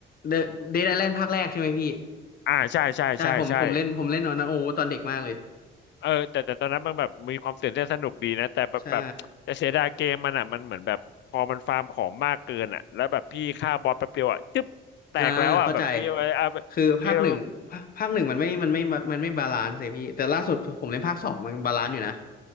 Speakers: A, on the left; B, on the left.
A: เดอะเดดไอแลนด์ภาคแรกใช่ไหมพี่
B: อ่าใช่ใช่ใช่ใช่
A: ใช่ผมผมเล่นผมเล่นตอนนั้นโอ้โหตอนเด็กมากเลย
B: เออแต่แต่ตอนนั้นมันแบบมีความตื่นเต้นสนุกดีนะแต่แบบแบบแต่เสียดายเกมมันอ่ะมันเหมือนแบบพอมันฟาร์มของมากเกินอ่ะแล้วแบบพี่ฆ่าบอสแป๊บเดียวอ่ะจึ๊บแตกแล้วอ่ะแบบพี่เอาเอา
A: ใช่อ่าเข้าใจคือภาคหนึ่งภาคภาคหนึ่งมันไม่มันไม่มันไม่บาลานซ์เลยพี่แต่ล่าสุดผมเล่นภาคสองมันบาลานซ์อยู่นะ
B: พี่เอา